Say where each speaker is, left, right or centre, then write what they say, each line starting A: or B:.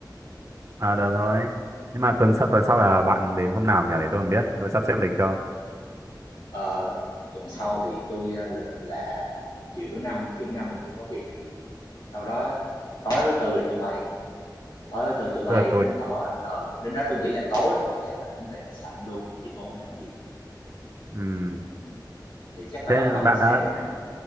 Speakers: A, on the right (about 40°); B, on the left (about 60°).
A: à, được thôi. Nhưng mà tuần sau tuần sau là bạn đến hôm nào nhỉ để tôi còn biết, tôi sắp xếp lịch cho.
B: Ờ, tuần sau thì tôi ờ, lịch là chiều thứ năm chiều thứ năm là tôi có việc thì đâu đó tối thứ tư là tôi bay Tối từ từ bay
A: Tức là
B: đến
A: tôi,
B: đó ừ, đến đó tôi nghĩ là tối rồi thì chắc là cũng về khách sạn luôn, chứ cũng không làm gì.
A: ừm,
B: Ừm, thì chắc
A: thế
B: là bắt đầu
A: bạn
B: với sáng
A: đã,
B: thứ Năm,